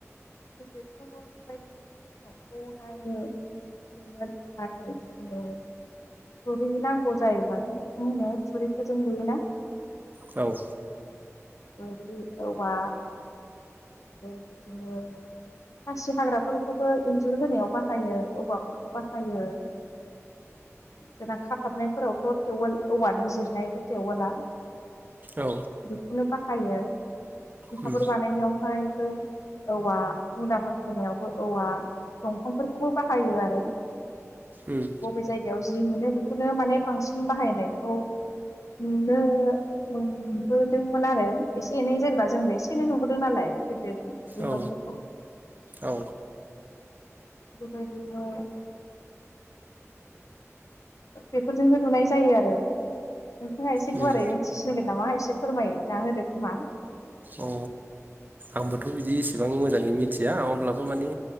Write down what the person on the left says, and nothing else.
गोदोथ बेबायदिनो न'खौहाय लुनो थाखाय जोंनो थुरि नांगौ जायोमोन अखुम होनो थुरिफोरजों लुयोना।
थोरि औवा आरो बिदिनो खासि हाग्राफोरखौबो इन्जुर होनायाव बाहायो औवाफोरखौ बाहायो जोंना खाथाबनायफोरावथ थेवोल औवाजों जिरनाय टेवोला
बे खौनो बाहायो औ खुन्थाफोर
बानायनायावहायबो औवा मुदाफोर होनायावबो औवा दंफांफोरखौबो बाहायो आरो
बबे जायगायाव जि मोनो बेखौनो माने बांसिन बाहायनायखौ नुनो मोनबो दोंमोन आरो एसे एनै जेनेबा जोंबो एसे एनै नुबोदों नालाय गोदो
नफोरखौ
बेबायदिनो बेफोरजोंबो लुनाय जायो आरो। नोंथाङा एसे
गुवारै मोनथिसिनगोन नामा एसे फोरमायो ना होदो खोमा?